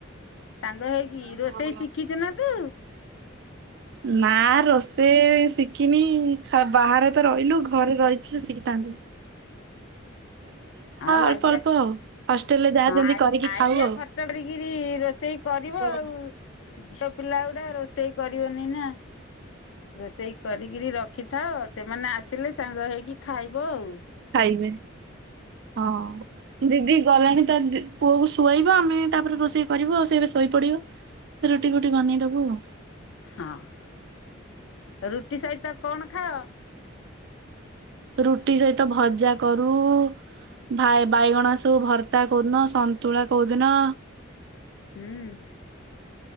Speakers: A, on the left; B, on the right.
A: ସାଙ୍ଗ ହେଇକି କି
B: ହଁ।
A: ରୋଷେଇ ଶିଖିଛୁ ନା ତୁ?
B: ନା ରୋଷେଇ ଶିଖିନି ଖା ବାହାରେ ତ ରହିଲୁ ଘରେ ରହିଥିଲେ ଶିଖିଥାନ୍ତୁ।
A: ଆଉ
B: ଅଳ୍ପ
A: ଆଇଡିଆ
B: ଅଳ୍ପ ଆଉ ହଷ୍ଟେଲରେ ଯାହା
A: ହଁ
B: ଯେମିତି କରିକି
A: ଆଇଡିଆ
B: ଖାଉ ଆଉ
A: ଖର୍ଚ୍ଚ କରିକିରି ରୋଷେଇ କରିବ
B: ହଁ
A: ଆଉ। ଝିଅ ପିଲା ଗୁଡା ରୋଷେଇ କରିବନି ନା ରୋଷେଇ କରିକିରି ରକ୍ ରଖିଥାଅ ସେମାନେ ଆସିଲେ ସାଙ୍ଗ ହେଇକି ଖାଇବ ଆଉ।
B: ଖାଇବି ହଁ। ଦିଦି ଗଲାଣି ତ ତା ପୁଅକୁ ଶୁଆଇବ ଆମେ ତାପରେ ରୋଷେଇ କରିବୁ ସେ ଏବେ ଶୋଇପଡିବ। ସେ ରୁଟି ଫୁଟି ବନେଇଦବୁ ଆଉ।
A: ହଁ ରୁଟି ସହିତ କଣ ଖାଅ।
B: ରୁଟି ସହିତ ଭଜା କରୁ ଭାଇ ବାଇଗଣ ସବୁ ଭର୍ତ୍ତା କୋଉଦିନ ସନ୍ତୁଳା କୋଉଦିନ
A: ହୁଁ।